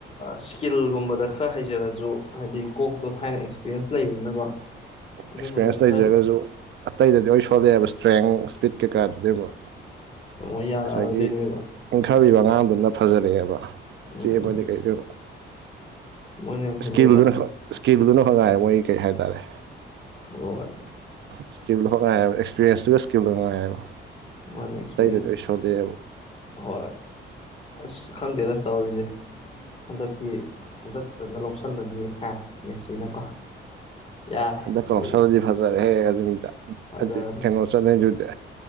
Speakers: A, on the left; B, on the right.
A: ꯏꯁꯀꯤꯜꯒꯨꯝꯕꯗ ꯈꯔ ꯍꯩꯖꯔꯁꯨ ꯍꯥꯏꯗꯤ ꯀꯣꯛꯇꯣ ꯊꯥꯏꯅ ꯑꯦꯛꯁꯄꯤꯔꯌꯦꯟꯁ ꯂꯩꯕꯅꯤꯅꯀꯣ ꯑꯗꯨꯝꯕꯗ
B: ꯑꯦꯛꯁꯄ꯭ꯔꯤꯌꯦꯟꯁ
A: ꯈꯔ
B: ꯂꯩꯖꯔꯒꯁꯨ ꯑꯇꯩꯗꯗꯤ ꯂꯣꯏ ꯁꯣꯜꯂꯛꯑꯦꯕ ꯏꯁꯇ꯭ꯔꯦꯡ ꯏꯁꯄꯤꯠ ꯀꯩꯀꯥꯗꯨꯗꯤ ꯑꯃꯨꯛ
A: ꯃꯣꯏ ꯌꯥꯔꯛꯑꯔꯣꯏꯗꯣꯏꯅꯦꯕ
B: ꯉꯁꯥꯏꯒꯤ ꯏꯪꯈꯠꯂꯤꯕ ꯑꯉꯥꯡꯗꯨꯅ ꯐꯖꯔꯛꯑꯦꯕ
A: ꯎꯝ
B: ꯆꯦꯟꯕꯗꯩ ꯀꯔꯤꯗꯩ ꯑꯃꯨꯛ
A: ꯃꯣꯏꯅ ꯌꯥꯝ ꯍꯦꯜꯂꯦꯗ
B: ꯏꯁꯀꯤꯜꯗꯨꯅ ꯈꯛ ꯏꯁꯀꯤꯜꯗꯨꯅ ꯈꯛ ꯉꯥꯏꯔꯦ ꯃꯣꯏ ꯀꯩ ꯍꯥꯏꯇꯥꯔꯦ
A: ꯍ <unintelligible>
B: ꯏꯁꯀꯤꯜꯗꯣ ꯈꯛ ꯉꯥꯏꯌꯦꯕ ꯑꯦꯛꯁꯄꯤꯔꯤꯌꯦꯟꯁꯇꯨꯒ ꯏꯁꯀꯤꯜꯗꯣ ꯈꯛ ꯉꯥꯏꯌꯦꯕ
A: ꯃꯥꯅꯦ ꯑꯦꯛꯁꯄꯤꯔꯤꯌꯦꯟꯁ
B: ꯑꯇꯩꯗꯗꯤꯁꯨ <unintelligible> ꯑꯗꯨꯛꯌꯝ <unintelligible>
A: ꯍꯣꯏ ꯑꯁ ꯈꯪꯗ‌ꯦꯗ ꯊꯧꯔꯤꯁ‌ꯦ ꯍꯟꯗꯛꯇꯤ ꯍꯟꯗꯛꯇꯪꯒ ꯂꯧꯁꯤꯜꯂꯗꯤ ꯍꯥ ꯃꯦꯁꯤꯅꯀꯣ ꯌꯥꯔꯦ
B: ꯍꯟꯗꯛꯀ
A: ꯑꯩ
B: ꯂꯧꯁꯜꯂꯗꯤ ꯐꯖꯔꯦ ꯍꯦ ꯑꯔꯖ‌ꯦꯟꯇꯤꯅꯥ
A: ꯐꯖꯔꯅꯤ
B: ꯑꯗꯨꯗꯤ ꯀꯩꯅꯣ ꯆꯠꯂ‌ꯦ ꯑꯗꯨꯗꯤ